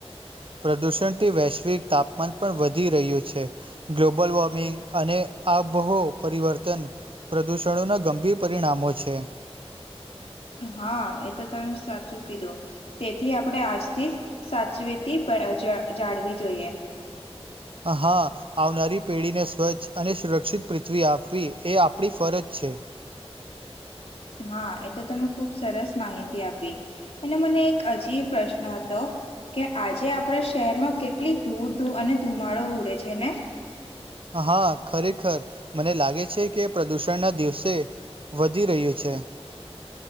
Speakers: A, on the right; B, on the left.
A: પ્રદૂષણથી વૈશ્વિક તાપમાન પણ વધી રહ્યું છે. ગ્લોબલ વોર્મિંગ અને આબહો પરિવર્તન પ્રદૂષણોના ગંભીર પરિણામો છે.
B: હા, એ તો તમે સાચું કીધું તેથી આપણે આજથી જ સાચવેતી પ જ જાળવી જોઈએ.
A: હા, આવનારી પેળીને સ્વચ્છ અને સુરક્ષિત પૃથ્વી આપવી એ આપણી ફરજ છે.
B: હા, એ તો તમે ખુબ સરસ માહિતી આપી અને મને એક અજી પ્રશ્ન હતો કે આજે આપણા શહેરમાં કેટલી ધૂળ ધૂળ અને ધુમાડો ઉડે છે ને?
A: હા, ખરેખર. મને લાગે છે કે પ્રદૂષણના દિવસે વધી રહ્યું છે.